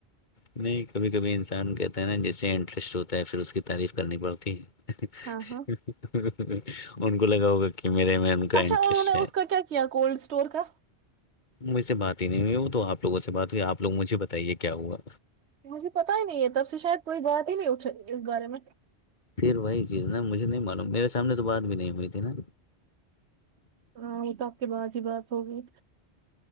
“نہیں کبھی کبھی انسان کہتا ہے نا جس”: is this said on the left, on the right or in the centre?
Left